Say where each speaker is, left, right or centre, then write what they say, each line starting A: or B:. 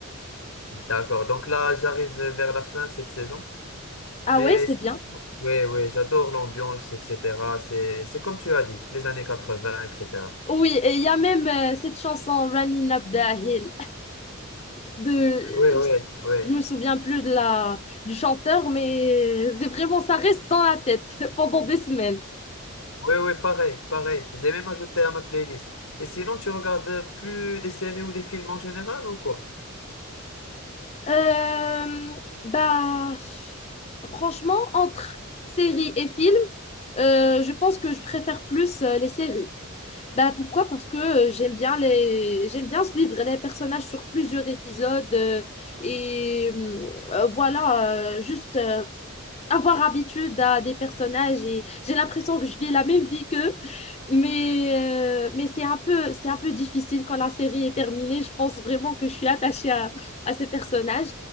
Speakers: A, on the left (about 75°); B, on the left (about 30°).
A: D'accord. Donc là, j'arrive vers la fin cette saison.
B: Ah
A: Mais
B: ouais, c'est
A: c'est-
B: bien.
A: ouais, ouais, j'adore l'ambiance, etc. C'est, c'est comme tu as dit, les années 80, etc.
B: Oui, et il y a même euh, cette chanson Running Up the Hill de
A: Ouais, ouais, ouais.
B: je me souviens plus de la du chanteur mais c'est vraiment ça reste dans la tête <laughs> pendant des semaines.
A: Ouais, ouais, pareil, pareil. Je l'ai même ajouté à ma playlist. Et sinon, tu regardes plus des séries ou des films en général ou quoi?
B: Euh, bah, franchement, entre séries et films, euh, je pense que je préfère plus euh, les séries. Bah, pourquoi? Parce que euh, j'aime bien les... j'aime bien suivre les personnages sur plusieurs épisodes euh, et euh, voilà, euh, juste euh, avoir habitude à des personnages et j'ai l'impression que je vis la même vie qu'eux. Mais, euh, mais c'est un peu, c'est un peu difficile quand la série est terminée. Je pense vraiment que je suis attachée à, à ces personnages.